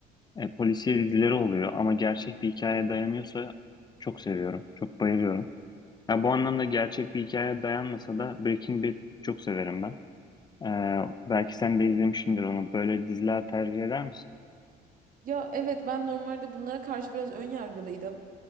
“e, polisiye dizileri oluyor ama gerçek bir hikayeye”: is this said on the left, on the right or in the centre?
Left